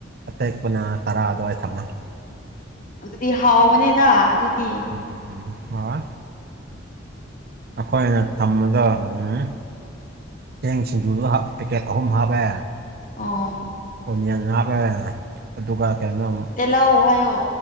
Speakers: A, on the right; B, on the left.
A: ꯑꯇꯦꯛꯄꯅ ꯇꯔꯥ ꯑꯗꯨꯋꯥꯏ ꯊꯝꯃꯒꯦ
B: ꯑꯗꯨꯗꯤ ꯍꯥꯎꯕꯅꯦꯗ ꯑꯗꯨꯗꯤ
A: ꯎꯝ ꯋꯥ ꯋꯥ ꯑꯩꯈꯣꯏꯅ ꯊꯝꯕꯗ ꯎꯜ ꯆꯦꯡ ꯁꯤꯡꯖꯨꯗꯣ ꯍꯥꯞ ꯄꯦꯀꯦꯠ ꯑꯍꯨꯝ ꯍꯥꯞꯄꯦ
B: ꯑꯣ
A: ꯑꯣꯅꯤꯌꯟ ꯍꯥꯞꯂꯒꯅꯅꯦ ꯑꯗꯨꯒ ꯀꯩꯅꯣꯝ
B: ꯇꯤꯜꯂꯧ ꯍꯥꯏꯌꯣ